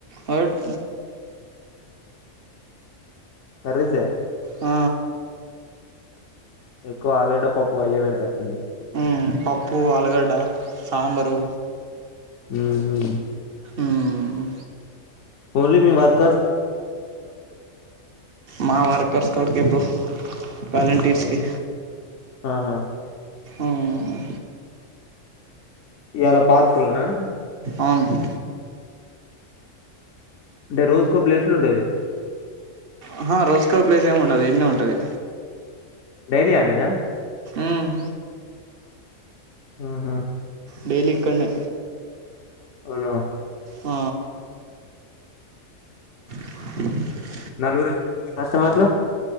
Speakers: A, on the right; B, on the left.
A: హాట్
B: కర్రీసే
A: ఆ
B: ఎక్కువ ఆలుగడ్డ పప్పు అయ్యేపెడతరట్టుంది
A: ఉమ్ పప్పు ఆలుగడ్డ సాంబరు
B: ఉమ్ హూ
A: ఊమ్
B: ఓన్లీ మీ వర్క్
A: మా వర్కర్స్ కార్డ్కే బ్రో వాలంటీర్స్కి
B: అవునా ఆహా
A: ఉమ్
B: ఇయాల పార్కులన్నా
A: అవును
B: అంటే రోజుకో ప్లేస్లు ఉంటది
A: ఆహా రోజుకో ప్లేస్ ఏమి ఉండదు ఇడనే ఉం టది
B: డైలీ ఆడ్నేనా
A: ఉమ్
B: హుహూ
A: డైలీ ఇక్కడనే
B: అవునా
A: ఆ <inaudible>
B: నలుగురు వచ్చిండ్ర కస్టమర్లు